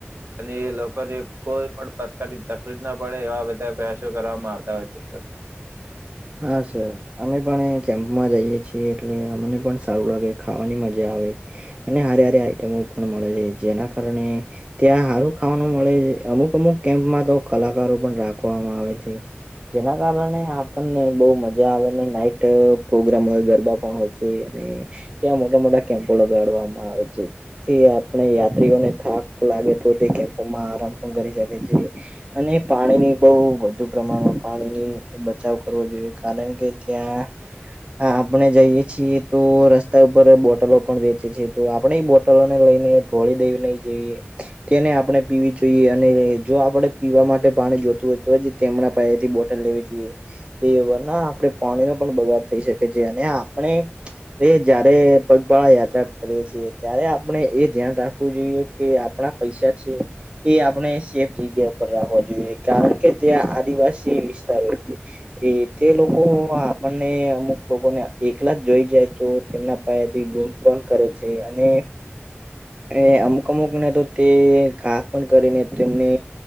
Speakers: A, on the right (about 55°); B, on the right (about 25°).
A: અને એ લોકો ને કોઈ પણ પ્રકારની તકલીફ ના પડે એવા બધા પ્રયાસો કરવામાં આવતા હોય છે. <inaudible>
B: હા સર. અમે પણ કેમ્પમાં જઈએ છીએ એટલે અમને પણ સારું લાગે ખાવાની મજા આવે. અને હારે હારી આઈટમો પણ મળે છે જેના કારણે ત્યાં હારું ખાવાનું મળે છે અમુક અમુક કેમ્પમાં તો કલાકારો પણ રાખવામાં આવે છે. જેના કારણે આપણ ને. ખૂબ મજા આવે નાઈટ પ્રોગ્રામ હોય ગરબા પણ હોય છે અને. ત્યાં મોટા મોટા કેમ્પો લગાડવામાં આવે છે જેથી આપણે યાત્રીઓને થાક લાગે તો તે કેમ્પોમાં આરામ પણ કરી શકે છે. અને પાણી ની બ‌ઉ વધુ પ્રમાણમાં પાણી ની બચાવ કરવો જોઈએ. કારણ કે ત્યાં. હા આપણે જઈએ છીએ તો રસ્તા ઉપર બોટલો પણ વેચે છે તો આપણે બો ટલોને લઈને તોડી દેને જઈએ તેને આપણે પીવી જોઈએ અને જો આપણેે પીવા માટે પાણી જોતું હોય તો જ તેમના પાયે થી બોટલ લેવી જોઈએ એ ના આપણે પાણીનો પણ બગાડ થઈ શકે છે અને આપણે અ જયારે પગપાળા યાત્રા કરીએ છીએ ત્યારે આપણે એ ધ્યાન રાખવું જોઈએ કે આપણા પૈસા છે એ આપણે સેફ જગ્યા રાખવા જોઈએ કારણ કે ત્યાં આદિવાસી વિસ્તાર હોય છે એ તે લોકો આપણને અમુક લોકોને એકલા જ જોઈ જાય તો તેમના થી લૂંટ પણ કરે છે અને
A: <inaudible>
B: એ અમુક અમુક ને તો તે ઘા પણ કરીને તેમને